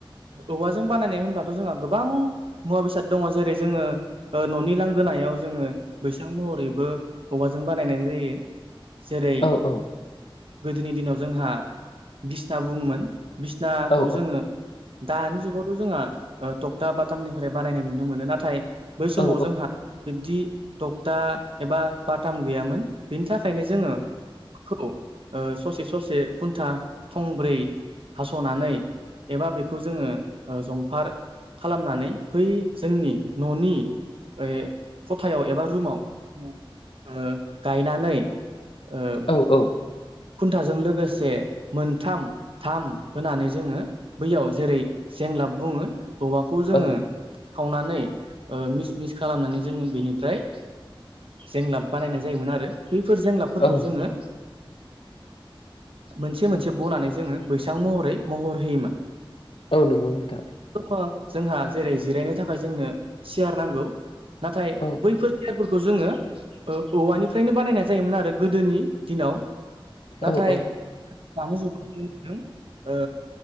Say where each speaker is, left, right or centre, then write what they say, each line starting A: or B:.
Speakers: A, on the right; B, on the left.
A: औवाजों बानायनाय होनब्लाथ' जोंहा गोबां मुवा बेसाद दङ जेरै जोङो ओ न'नि लांगोनायाव जोङो बैसां महरैबो औवाजों बानायनाय जायो जेरै
B: औ औ
A: गोदोनि दिनाव जोंहा बिसना बुङोमोन बिसनाखौ
B: औ
A: जोङो दानि जुगावथ' जोंहा थकथा बाटामनिफ्राय बानायनाय नुनो मोनो नाथाय बै समाव
B: औ
A: जोंहा बिब्दि तक्था एबा बाथाम गैयामोन बेनि थाखायनो जोङो खौ ओ ससे ससे खुन्था थंब्रै हास'नानै एबा बेखौ जोङो जंफार खालामनानै बै जोंनि न'नि ए खथायाव एबा रुमाव जोङो ओ गायनानै ओ
B: औ औ
A: खुन्थाजों लोगोसे मोनथाम थाम होनानै जोङो बैयाव जेरै जेंलाब बुङो औवाखौ जोङो
B: औ
A: खावनानै ओ मिस मिस खालामनानै जोङो बेनिफ्राय जेंलाब बानायनाय जायोमोन आरो बैफोर जेंलाबफोरखौ
B: औ
A: जोङो मोनसे मोनसे बनानै जोङो बैसां महरै महर होयोमोन
B: औ नंगौ नोंथां
A: <unintelligible> जोंहा जेरै जिरायनो थाखाय जोंनो सियार नांगौ नाथाय
B: औ
A: बैफोर सियारफोरखौ जोङो औवानिफ्रायनो बानायनाय जायोमोन आरो गोदोनि दिनाव नाथाय
B: औ औ
A: दानि जुगाव नुनो मोनदों ओ